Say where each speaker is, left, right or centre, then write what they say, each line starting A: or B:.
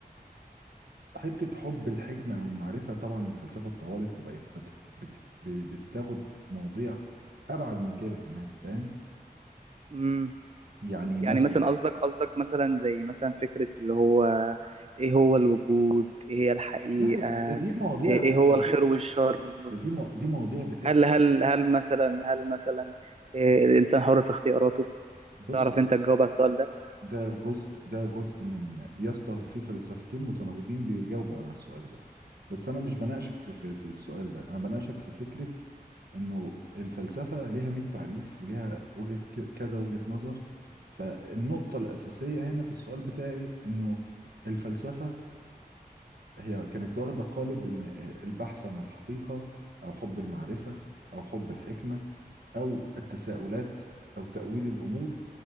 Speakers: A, on the right (about 85°); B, on the right (about 40°).
A: حتة حب الحكمة والمعرفة طبعا الفلسفة اتطورت وبقت بت... بت... ب- بتاخد مواضيع أبعد من كده كمان فاهم
B: امم
A: يعني
B: يعني
A: مثلا
B: مثلا قصدك قصدك مثلا زي مثلا فكره اللي هو ايه هو الوجود ايه هي الحقيقه
A: لا لا ده دي مواضيع
B: ايه
A: ب...
B: إيه هو
A: ده
B: الخير
A: دي
B: والشر
A: ده دي مو... دي مواضيع بتعكس
B: هل هل هل مثلا هل مثلا إيه الانسان حر في اختياراته
A: بص
B: تعرف
A: دي
B: انت تجاوب على السؤال ده
A: ده جزء ده جزء من يا اسطى في فلسفتين متناقضين بيجاوبوا على السؤال ده بس أنا مش بناقشك في في, في السؤال ده أنا بناقشك في فكرة انه الفلسفه ليها 100 تعريف وليها وجهه ك- كذا وجهه نظر فالنقطه الاساسيه هنا في السؤال بتاعي انه الفلسفه هي كانت واخده قالب ان البحث عن الحقيقه او حب المعرفه او حب الحكمه او التساؤلات او تاويل الامور